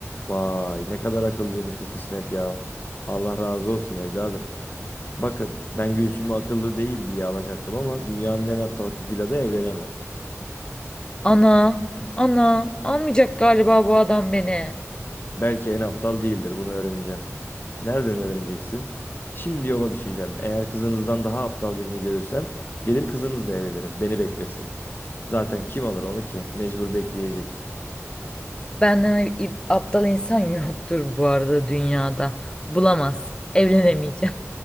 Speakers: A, on the left; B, on the left.
A: Vay ne kadar akıllıymış bu kısmet yahu. Allah razı olsun evladım. Bakın ben Gülsüm'ü akıllı değil diye alacaktım ama dünyanın en aptal kızıyla da evlenemem.
B: Ana, ana almayacak galiba bu adam beni.
A: Belki en aptal değildir. Bunu öğreneceğim. Nereden öğreneceksin? Şimdi yola düşeceğim. Eğer kızınızdan daha aptal birini görürsem gelir kızınızla evlenirim. Beni beklesin. Zaten kim alır onu ki? Mecbur bekleyecek.
B: Benden i- aptal insan yoktur bu arada dünyada. Bulamaz. Evlenemeyeceğim.